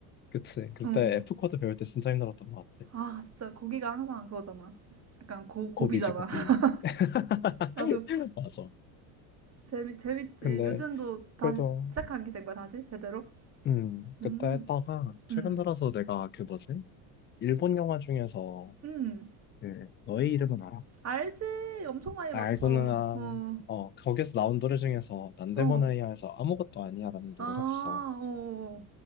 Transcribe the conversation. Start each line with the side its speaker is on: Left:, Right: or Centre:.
Left: 그치. 그때
Right: 응.
Left: F 코드 배울 때 진짜 힘들었던 것 같아.
Right: 아, 진짜 거기가 항상 그거잖아. 약간 고, 고비잖아.
Left: 고비지, 고비.
Right: <laughs>
Left: <laughs>
Right: 나도
Left: 맞아.
Right: 재미 재밌지.
Left: 근데
Right: 요즘도 다시
Left: 그래도
Right: 시작하게 된 거야, 다시 제대로?
Left: 음
Right: 음.
Left: 그때 했다가 최근
Right: 음.
Left: 들어서 내가 그 뭐지? 일본 영화 중에서
Right: 음.
Left: 그 너의 이름은 알아?
Right: 알지. 엄청 많이
Left: 알고는
Right: 봤어.
Left: 아,
Right: 어.
Left: 어 거기서 나온 노래 중에서 난데모나이아에서
Right: 어.
Left: 아무것도 아니야라는
Right: 아,
Left: 노래가 있어.
Right: 오,